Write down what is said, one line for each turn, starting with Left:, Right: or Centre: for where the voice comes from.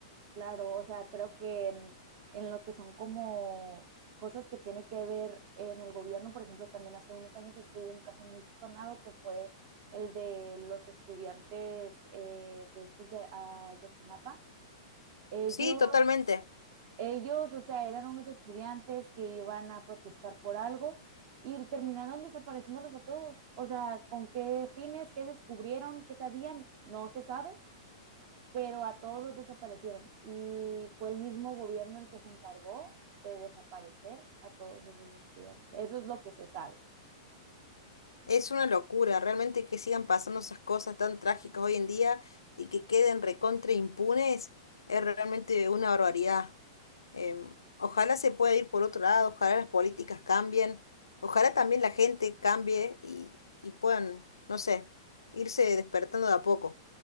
Right: Claro, o sea, creo que en, en lo que son como cosas que tiene que ver en el gobierno, por ejemplo, también hace unos años estuvo un caso muy sonado que fue el de los estudiantes eh, de estos de Ayotzinapa. Ellos,
Left: Sí, totalmente.
Right: ellos, o sea, eran unos estudiantes que iban a protestar por algo y terminaron desapareciéndolos a todos. O sea, ¿con qué fines? ¿Qué descubrieron? ¿Qué sabían? No se sabe pero a todos los desaparecieron y fue el mismo gobierno el que se encargó de desaparecer a todos esos estudiantes. Eso es lo que se sabe.
Left: Es una locura, realmente que sigan pasando esas cosas tan trágicas hoy en día y que queden recontra impunes, es realmente una barbaridad. Em, ojalá se pueda ir por otro lado, ojalá las políticas cambien, ojalá también la gente cambie y, y puedan, no sé, irse despertando de a poco.